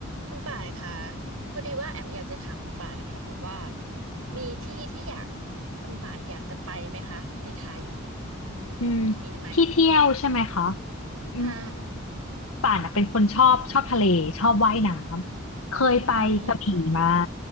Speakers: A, on the right; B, on the left.
A: คุณป่านคะพอดีว่าแอมอยากจะถามคุณป่านนะคะแบบว่ามีที่ที่อยากคุณป่านอยากจะไปไหมคะในไทย
B: อืม
A: อืมมีไหม
B: ที่เที่ยวใช่ไหมคะอืม
A: ใช่
B: ป่านอะเป็นคนชอบชอบทะเลชอบว่ายน้ำเคยไปกระบี่มา
A: อืม